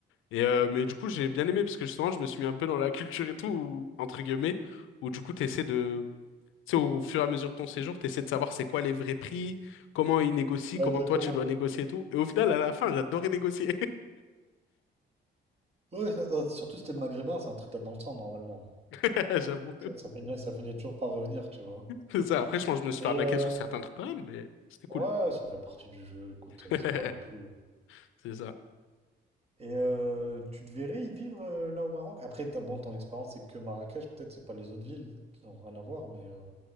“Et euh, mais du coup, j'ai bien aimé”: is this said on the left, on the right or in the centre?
Left